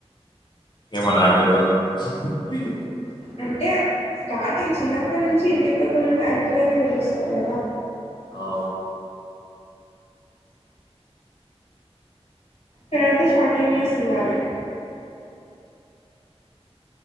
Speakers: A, on the left (about 45°); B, on the left (about 65°).
A: ఏమో నాక్ తెల్వదు ఉహు హూ
B: అంటే స్టార్టింగ్ చిన్నప్పడ్నుంచి ఇంటి పక్కపక్కనుంటే అంకులనే విలుస్తరు గద
A: అవ్
B: తర్వాత షాకింగ్ న్యూస్ ఇవ్వాలె